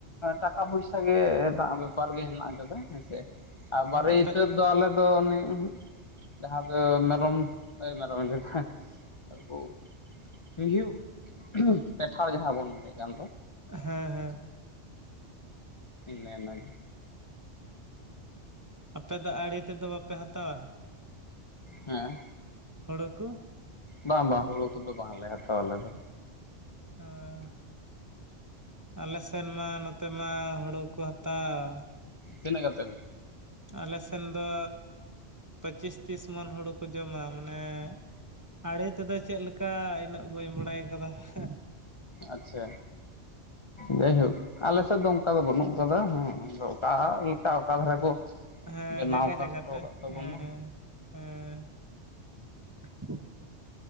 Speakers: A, on the left; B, on the right.
A: ᱴᱟᱠᱟ ᱯᱚᱭᱥᱟ ᱜᱮ <inaudible> ᱵᱮᱯᱟᱨ ᱜᱮ ᱦᱮᱱᱟᱜ ᱟᱠᱟᱫᱟ ᱦᱮᱸᱥᱮ ᱟᱨ ᱵᱟᱨᱮᱤᱛᱟᱹᱫ
B: ᱟᱯᱮ
A: ᱫᱚ ᱟᱞᱮ ᱫᱚ ᱩᱱᱤ ᱡᱟᱦᱟᱸ ᱫᱚ ᱢᱮᱨᱚᱢ, ᱮ ᱢᱮᱨᱚᱢᱤᱧ ᱞᱟᱹᱭ ᱫᱟ ᱟᱵᱩ ᱢᱤᱭᱦᱩᱸ ᱯᱮᱴᱷᱟᱲ ᱡᱟᱦᱟᱸ ᱵᱚᱱ ᱞᱟᱹᱭ ᱜᱟᱱ ᱫᱚ
B: ᱦᱮᱸ ᱦᱮᱸ
A: ᱢᱮᱱ ᱟ ᱡᱮ
B: ᱟᱯᱮ ᱫᱚ ᱟᱲᱮ ᱛᱮᱫᱚ ᱵᱟᱯᱮ ᱦᱟᱛᱟᱣᱟ?
A: ᱦᱮᱸ
B: ᱦᱩᱲᱩ ᱠᱚ
A: ᱵᱟᱝ ᱵᱟᱝ ᱦᱳᱲᱳ ᱠᱚᱫᱚ ᱵᱟᱝᱞᱮ ᱦᱟᱛᱟᱣᱟ ᱟᱞᱮ ᱫᱚ᱾
B: ᱟ ᱟᱞᱮ ᱥᱮᱱ ᱢᱟ ᱱᱚᱛᱮ ᱢᱟ ᱦᱩᱲᱩ ᱠᱚ ᱦᱟᱛᱟᱣ,
A: ᱛᱤᱱᱟᱹᱜ ᱠᱟᱛᱮᱜ ᱦᱳ
B: ᱟᱞᱮ ᱥᱮᱱ ᱫᱚ ᱯᱚᱹᱪᱤᱥ ᱛᱤᱥ ᱢᱚᱱ ᱦᱩᱲᱩ ᱠᱚ ᱡᱚᱢᱟ ᱢᱟᱱᱮ ᱟᱲᱮ ᱛᱮᱫᱚ ᱪᱮᱫ ᱞᱮᱠᱟ ᱤᱱᱟᱹᱜ ᱵᱟᱹᱧ ᱵᱟᱲᱟᱭ ᱠᱟᱫᱟ ᱦᱟᱸ᱾
A: ᱟᱪᱪᱷᱟ ᱡᱟᱭᱦᱳᱠ ᱟᱞᱮ ᱥᱮᱫ ᱫᱚ ᱚᱱᱠᱟ ᱫᱚ ᱵᱟᱹᱱᱩᱜ ᱠᱟᱫᱟ ᱦᱮᱸ, ᱟᱫᱚ ᱚᱠᱟ ᱞᱮᱠᱟ ᱚᱠᱟ ᱫᱷᱟᱨᱮ ᱠᱚ
B: ᱦᱮᱸ
A: ᱵᱮᱱᱟᱣ
B: ᱡᱟᱭᱜᱟ
A: ᱦᱚᱴᱚ
B: ᱡᱟᱭᱜᱟ ᱛᱮ,
A: ᱟᱠᱟᱫ ᱛᱟᱵᱚᱱᱟ
B: ᱦᱮᱸ ᱦᱮᱸ <unintelligible>